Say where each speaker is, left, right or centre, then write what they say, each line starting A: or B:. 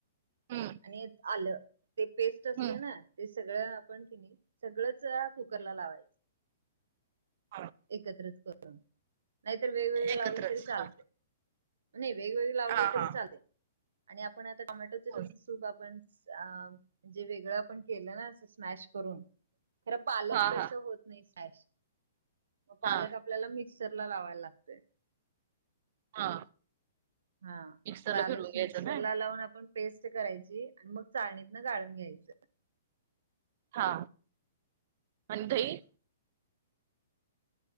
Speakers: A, on the right; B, on the right.
A: हम्म
B: आणि आलं ते पेस्ट असते
A: हम्म
B: ना, ते सगळं आपण की नाही सगळंच कुकरला लावायचं.
A: हा
B: एकत्रच करून. नाहीतर वेगवेगळे
A: एकत्रच
B: लावलं तरी चालते.
A: हा
B: नाही वेगवेगळ लावलं
A: हा
B: तरी
A: हा
B: चालेल. आणि आपण आता टोमॅटोच
A: होय.
B: कस सूप आपण अ म्हणजे वेगळं आपण केलं ना अस स्मॅश करून, खर पालक
A: हा
B: तस
A: हा
B: होत नाही स्मॅश. म पालक
A: हा
B: आपल्याला मिक्सरला लावायला लागतय.
A: हा.
B: हां.
A: मिक्सरला
B: पालक
A: फिरवून घ्यायचं
B: मिक्सर
A: काय
B: ला लावून आपण‌ पेस्ट करायची आणि मग चाळणीतन गाळून घ्यायचं.
A: हा आणि दही